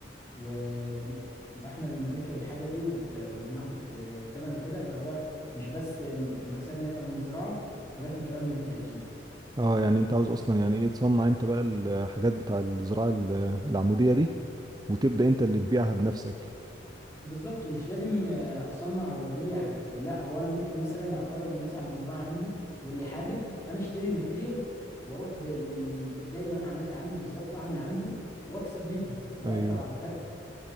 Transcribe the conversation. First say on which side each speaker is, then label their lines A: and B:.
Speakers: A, on the left; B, on the right.
A: ونبقى احنا اللي بنركب الحاجة دي وب... وبناخد آه، تمن وكده فهو مش بس مكسبنا يبقى من الزراعة ولكن كمان من التركيب
B: اه يعني انت عاوز اصلا يعني ايه تصنع انت بقى الحاجات بتاع الزراعة ال- العمودية دي وتبدأ انت اللي تبيعها بنفسك
A: بالظبط ومش لازم آه، اصنع وابيع آه، لا هو انا ممكن مثلا افرج الناس على المزرعة عندي واللي حابب انا اشتري الماتيريالز واروح بال... بزي ما انا عملت عندي بالظبط اعمل عنده واكسب منها واطلع
B: ايوه
A: بفرق